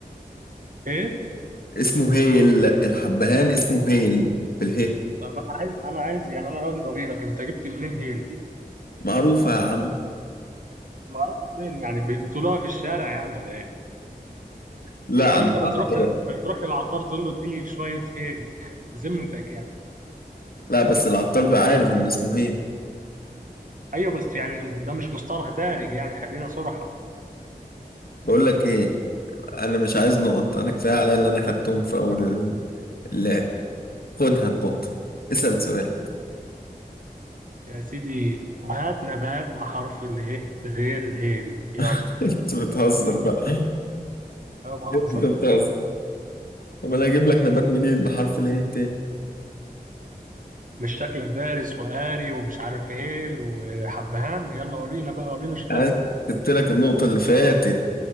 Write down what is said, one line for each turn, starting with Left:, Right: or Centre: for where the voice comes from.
Right: إيه؟
Left: اسمه هيل الحبهان اسمه هيل بالهي
Right: طب أنا عايز أنا عايز يعني أنا راضي ضميرك أنت جبت منين هيل دي؟
Left: معروفة يا عم
Right: معرفة فين يعني ب- بتقولوها في الشارع يعني ولا إيه؟
Left: لا
Right: ولا
Left: أنا
Right: أنت
Left: العطار
Right: بتروح لل... بتروح للعطار تقول له اديني شوية هيل <laughs> بذمتك يعني
Left: لا بس العطار بيبقى عارف إن اسمه هيل
Right: أيوه بس يعني ده مش مصطلح دارج يعني خلينا صراحة
Left: بقول لك إيه انا مش عايز نقط انا كفايه عليا اللي انا خدتهم في اول ال- اللعب خدها النقطه اسال سؤالك
Right: يا سيدي طب هات نبات بحرف اله غير هيل يلا
Left: <laughs> انت بتهزر بقى <laughs>
Right: أنا بهزر
Left: انت بتهزر طب انا هجيب لك نبات منين بحرف الايه تاني
Right: مش شكلك دارس وقاري ومش عارف هيل وحبهان يلا ورينا بقى ورينا شطارتك
Left: أنا سبت لك النقطه اللي فاتت